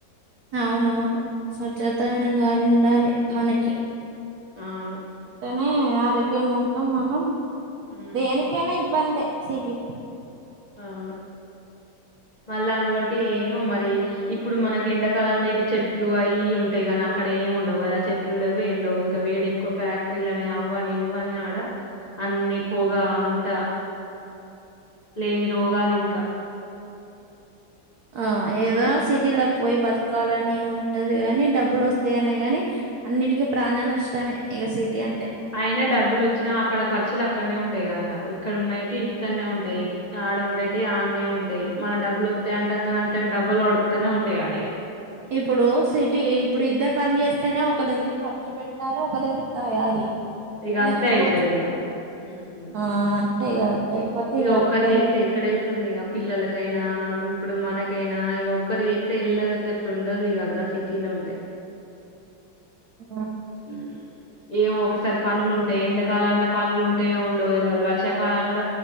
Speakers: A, on the right (about 65°); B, on the left (about 70°).
A: అవునవును స్వచ్ఛతమైన గాలి ఉండాలె. మనకి
B: అవును.
A: నే ఆరోగ్యంగా ఉంటం మనం.
B: హ్మ్
A: దేనికైనా ఇబ్బందే. సిటిలా
B: అవును మళ్ళా అందులోటి ఏమో మరి ఇప్పుడు మనకి ఎండాకాలంలో ఇటు చెట్లు అయి ఇయి ఉంటాయి. కాని అక్కడ ఏమి ఉండవు కదా చెట్లులు ఏం లేవు. ఇంకా వేడి ఎక్కువ, ఫ్యాక్టరీలు అని అవని ఇవని ఆడ అన్ని పొగ అంత లేని రోగాలింకా
A: ఆ ఏదో
B: హ్మ్.
A: సిటీలో పోయి బ తుక్కోవాలని ఉంటది. గాని డబ్బులు వస్తాయనే గాని అన్నిటికి ప్రాణా నష్టమే ఇగ సిటీ అంటే.
B: అయినా డబ్బులు వచ్చినా అక్కడ ఖర్చులు అక్కన్నే ఉంటయి కదరా. ఇక్కడ ఉన్నాయిటివి ఇక్కన్నే ఉంటయి. ఆడ ఉండేటియి ఆన్నే ఉంటయి. మనం డబ్బులు వత్తయి అంటాం కానీ అంతకు డబుల్ వొడుతనే ఉంటాయి ఆడా ఇగా.
A: ఇప్పుడు సిటీ ఇప్పుడు ఇద్దరు పని చేస్తేనే ఒకళది ఖర్చు పెట్టాలె ఒకళ్ది దాయాలి.
B: ఇగ అంతే
A: లేకపోతే
B: అయితది ఇగ హ్
A: ఆ అంతే
B: ఒ
A: ఇగ లేకపోతే
B: ఇగ ఒక్కరు
A: ఇబ్బంది
B: చెత్తె ఎక్కడ ఎళ్తది ఇగా పిల్లలకైనా ఇప్పుడు మన ఓకేనా ఇగ ఒక్కరు చెత్తే వెళ్ళెటట్టు ఉండదు ఇగా గా సిటీలో ఉంటే.
A: ఆహ్
B: ఉమ్. ఏమో ఒకసారి. పనులు ఉంటాయి. ఎండకాలంలో పనులు ఉంటాయో ఉండవో తెలువదు. వర్షాకాలంల